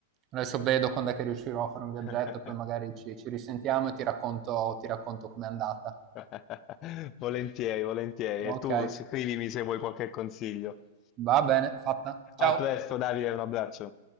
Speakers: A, on the right; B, on the left.
A: Adesso vedo quand'è che riuscirò a fare un viaggetto,
B: <laughs>
A: poi magari ci ci risentiamo e ti racconto ti racconto com'è andata.
B: <laughs> Volentieri, volentieri.
A: Okay,
B: E tu scrivimi se vuoi qualche consiglio.
A: va bene, fatta. Ciao.
B: A presto, Davide, un abbraccio.